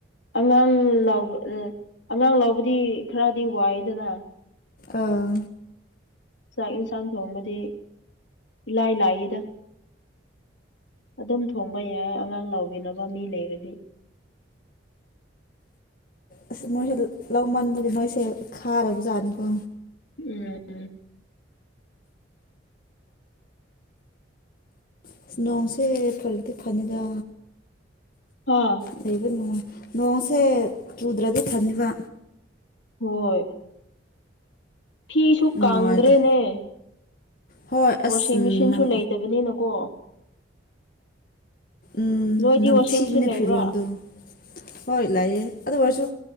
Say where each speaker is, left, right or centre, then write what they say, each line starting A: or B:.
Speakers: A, on the left; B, on the left.
A: ꯑꯉꯥꯡ ꯂꯥꯎ ꯑꯉꯥꯡ ꯂꯥꯎꯕꯗꯤ ꯈꯔꯗꯤ ꯋꯥꯏꯗꯅ
B: ꯑꯥ
A: ꯆꯥꯛ ꯏꯟꯁꯥꯡ ꯊꯣꯡꯕꯗꯤ ꯏꯂꯥꯏ ꯂꯥꯏꯌꯦꯗ ꯑꯗꯨꯝ ꯊꯣꯡꯕ ꯌꯥꯏ ꯑꯉꯥꯡ ꯂꯥꯎꯕꯤꯅꯕ ꯃꯤ ꯂꯩꯔꯗꯤ
B: ꯑꯁ ꯃꯣꯏꯁꯦ ꯂꯧꯃꯟꯕꯒꯤ ꯅꯣꯏꯁꯦ ꯈꯥꯔꯕꯖꯥꯠꯅꯤꯀꯣ
A: ꯎꯝ
B: ꯑꯁ ꯅꯣꯡꯁꯦ ꯐꯔꯗꯤ ꯐꯅꯤꯗ
A: ꯍꯥ
B: ꯂꯩꯕ ꯅꯨꯡꯉꯥꯏ ꯅꯣꯡꯁꯦ ꯆꯨꯗ꯭ꯔꯗꯤ ꯊꯝꯃꯤꯕ
A: ꯍꯣꯏ ꯐꯤꯁꯨꯨ
B: ꯅꯨꯡꯉꯥꯏꯇꯦ
A: ꯀꯥꯟꯗ꯭ꯔꯦꯅꯦ
B: ꯍꯣꯏ ꯑꯁ
A: ꯋꯥꯁꯤꯡ ꯃꯦꯆꯤꯟꯁꯨ
B: ꯅꯝ
A: ꯂꯩꯇꯕꯅꯤꯅꯀꯣ
B: ꯎꯝ
A: ꯅꯣꯏꯗꯤ
B: ꯅꯝꯊꯤꯕꯅꯦ
A: ꯋꯥꯁꯤꯡ ꯃꯦꯆꯤꯟ ꯂꯩꯕ꯭ꯔꯥ
B: ꯐꯤꯔꯣꯜꯗꯣ ꯍꯣꯏ ꯂꯥꯛꯑꯦ ꯑꯗꯨ ꯑꯣꯏꯔꯁꯨ